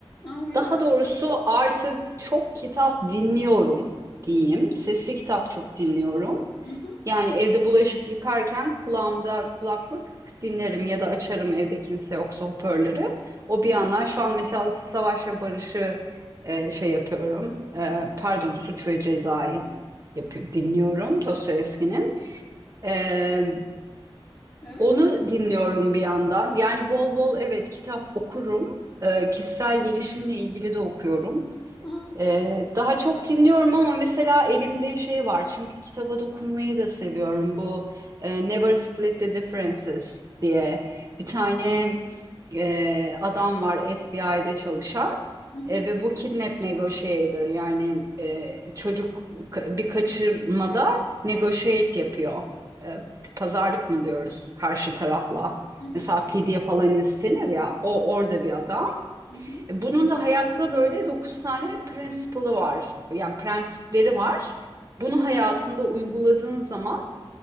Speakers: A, on the left (about 45°); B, on the right (about 35°).
A: Aa, öyle
B: Daha doğrusu
A: mi?
B: artık çok kitap dinliyorum diyeyim. Sesli kitap çok dinliyorum.
A: Hı hı.
B: Yani evde bulaşık yıkarken kulağımda kulaklık dinlerim ya da açarım evde kimse yoksa hoparlörü. O bir yandan şu an mesela Savaş ve Barış'ı e, şey yapıyorum. E, pardon Suç ve Ceza'yı
A: Hı.
B: yapıp dinliyorum Dostoyevski'nin. E,
A: Evet.
B: onu dinliyorum bir yandan. Yani bol bol evet kitap okurum. Ee, kişisel gelişimle ilgili de okuyorum.
A: Aa,
B: Ee, daha çok dinliyorum ama mesela elimde şey var çünkü kitaba dokunmayı da seviyorum bu e, Never Split the Differences diye bir tane e, adam var FBI'de çalışan
A: Hı hı.
B: e, ve bu kidnap negotiator yani e, çocuk ka- bir kaçırmada negotiate yapıyor E, pazarlık mı diyoruz karşı tarafla
A: Hı hı.
B: mesela fidye falan istenir ya o orada bir adam.
A: Hı hı.
B: Bunun da hayatta böyle 9 tane principle'ı var. Yani prensipleri var. Bunu hayatında uyguladığın zaman